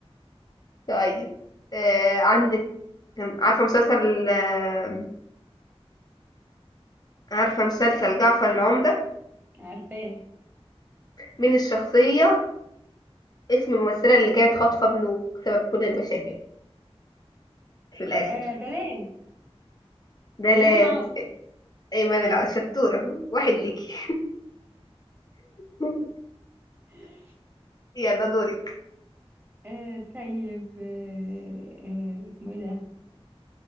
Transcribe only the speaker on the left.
طيب آه... عندك عارفه مسلسل آه، عارفه مسلسل جعفر العمدة
مين الشخصيه اسم الممثله اللي كانت خاطفه ابنه سبب كل المشاكل في الآخر
دلال
أيمن الع- شطورة واحد ليكي <laughs>
يلا دورك